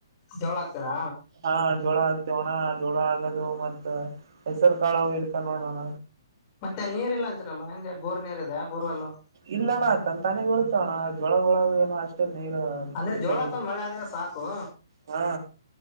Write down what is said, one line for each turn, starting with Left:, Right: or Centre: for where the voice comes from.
Left: ಜವಳ ಹಾಕ್ತಾರಾ
Right: ಹಾ ಜೋಳ ಆಗ್ತೇವಣ್ಣ ಜೋಳ ಆಗೋದು ಮತ್ತ ಹೆಸರು ಕಾಳವು ಇರ್ತ ನೋಡೋಣ
Left: ಮತ್ತೆ ನೀರ್ ಇಲ್ಲ ಅಂಂತರಲ್ಲ ಹಂಗೆ ಬೋರ್ ನೀರ್ ಇದೆ ಬೋರ್ವಲ್ಲೂ
Right: ಇಲ್ಲಣ್ಣ ತನ್ ತಾನೆ ಉಳಿತಾವಣ್ಣ ಜೊಳಗೊಳಗ ಏನೋ ಅಷ್ಟೇ ನೀರು
Left: ಅಂದ್ರೆ
Right: ಬೇಕಾಗಿಲ್ಲ
Left: ಜೋಳ ಹಕ್ ಮಳೆ ಆದ್ರೆ ಸಾಕು
Right: ಹಾ